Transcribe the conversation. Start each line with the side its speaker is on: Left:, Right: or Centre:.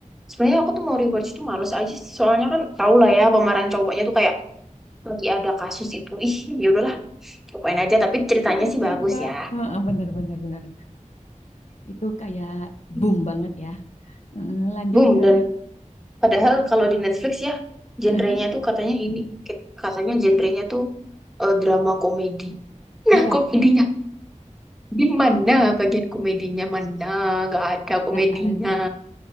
Centre: sebenarnya aku tuh mau rewatch tuh males aja sih. Soalnya kan tau lah ya pemeran cowoknya tuh kayak lagi ada kasus itu. Ih, ya udahlah, cobain aja. Tapi ceritanya
Left: Tiba-tiba,
Centre: sih bagus ya.
Left: Heeh, bener bener bener. Itu kayak
Centre: Hmm.
Left: boom banget ya. Heeh, lanjut
Centre: Boom
Left: ke,
Centre: dan padahal kalau di Netflix ya
Left: Heeh.
Centre: genrenya tuh katanya ini katanya genrenya tuh eh, drama komedi. Nah,
Left: Iya,
Centre: komedinya Gimana bagian komedinya? Mana? Nggak ada komedinya.
Left: nggak ada,